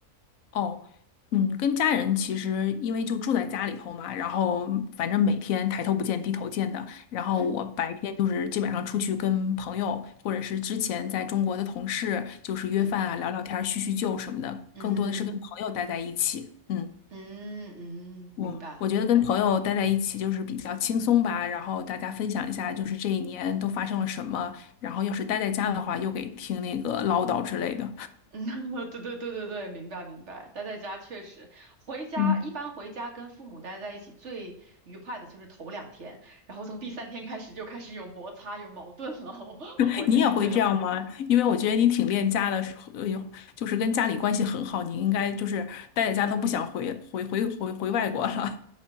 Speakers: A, on the left; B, on the right.
A: 哦，嗯，跟家人其实因为就住在家里头嘛，然后反正每天抬头不见低头见的。然后我白天就是基本上出去跟朋友，
B: 嗯
A: 或者是之前在中国的同事，就是约饭啊、
B: 嗯
A: 聊聊天儿叙叙旧什么的，
B: 嗯
A: 更多的是跟朋友待在一起。嗯，
B: 嗯嗯，
A: 我我觉得跟朋友待在一起就是比较轻松吧，
B: 明白。
A: 然后大家分享一下就是这一年都发生了什么，然后要是待在家的话，又给听那个唠叨之类的。
B: 嗯，<laughs> 对对对对对，明白明白。待在家确实，回家一般回家跟父母待在一起最愉快的就是头两天，
A: 嗯。
B: 然后从第三天开始就开始有摩擦有矛盾了。<laughs> 我我就是这样，
A: <laughs> 你也会这样吗？因为我觉得你挺恋家的，呃，有就是跟家里关系很好，你应该就是待在家都不想回回回回回外国了。